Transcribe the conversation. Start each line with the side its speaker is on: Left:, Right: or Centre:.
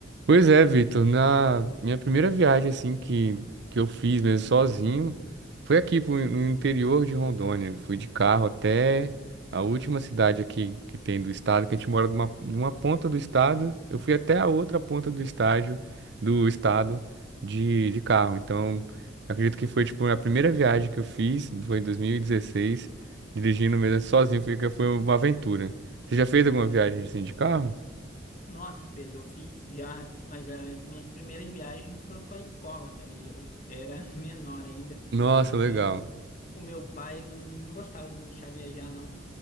Right: Pois é, Vitor, na minha primeira viagem assim que, que eu fiz mesmo sozinho foi aqui pro, no interior de Rondônia. Fui de carro até a última cidade aqui que tem do estado, que a gente mora numa, numa ponta do estado. Eu fui até a outra ponta do estádio do estado de, de carro. Então, acredito que foi tipo a primeira viagem que eu fiz, foi em 2016, dirigindo mesmo sozinho, foi, foi uma aventura. Você já fez alguma viagem assim de carro?
Left: Nossa, Pedro, eu fiz já, mas já as minhas primeiras viagens foram com a escola, cara, e eu era <laughs> menor ainda,
Right: Nossa, legal.
Left: mas o, o meu pai, ele não, não gostava de me deixar viajar, não.